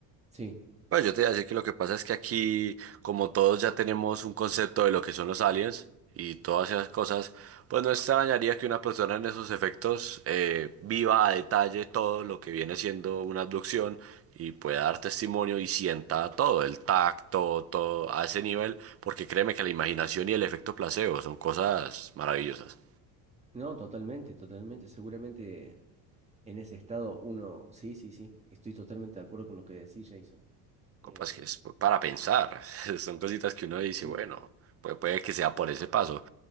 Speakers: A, on the right (about 15°); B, on the right (about 35°).
A: Sí,
B: Bueno, yo te iba a decir que lo que pasa es que aquí, como todos ya tenemos un concepto de lo que son los aliens y todas esas cosas, pues no extrañaría que una persona en esos efectos eh, viva a detalle todo lo que viene siendo una abducción y pueda dar testimonio y sienta todo, el tacto, todo a ese nivel, porque créeme que la imaginación y el efecto placebo son cosas maravillosas.
A: no, totalmente, totalmente. Seguramente en ese estado uno... Sí, sí, sí. Estoy totalmente de acuerdo con lo que decís, Jason.
B: Copas
A: Eh,
B: que es para pensar, <laughs> son cositas que uno dice,
A: sí.
B: bueno, pues puede que sea por ese paso.